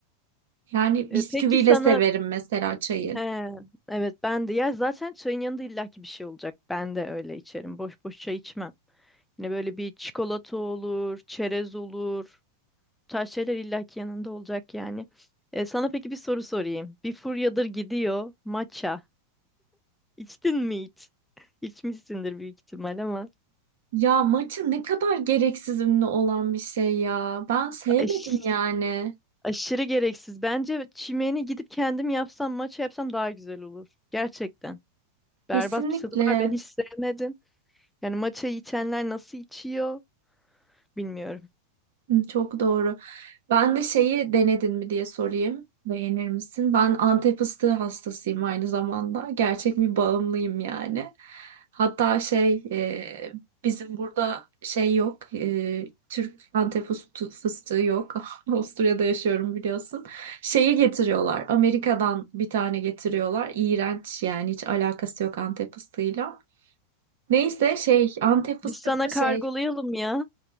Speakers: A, on the right; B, in the centre.
A: yani
B: E,
A: bisküviyle
B: peki sana
A: severim mesela çayı.
B: he evet ben de ya zaten çayın yanında illaki bir şey olacak. Ben de öyle içerim. Boş boş çay içmem. Yine böyle bir çikolata olur, çerez olur. Bu tarz şeyler illaki yanında olacak yani. E, sana peki bir soru sorayım. Bir furyadır gidiyor matcha. İçtin mi hiç? İçmişsindir büyük ihtimal ama
A: Ya maçı ne kadar gereksiz ünlü olan bir şey ya. Ben sevmedim
B: aş-
A: yani.
B: aşırı gereksiz. Bence çimeni gidip kendim yapsam, maça yapsam daha güzel olur. Gerçekten. Berbat
A: Kesinlikle.
B: bir tadı var. Ben hiç sevmedim. Yani maçayı içenler nasıl içiyor bilmiyorum.
A: Hı, Çok doğru. Ben de şeyi denedin mi diye sorayım. Beğenir misin? Ben Antep fıstığı hastasıyım aynı zamanda. Gerçek bir bağımlıyım yani. Hatta şey e, bizim burada şey yok. e, Türk Antep fıstı- fıstığı yok. <laughs> Avusturya'da yaşıyorum biliyorsun. Şeyi getiriyorlar. Amerika'dan bir tane getiriyorlar. İğrenç yani hiç alakası yok Antep fıstığıyla. Neyse şey Antep fıstıklı
B: Biz sana kargolayalım
A: şey.
B: ya.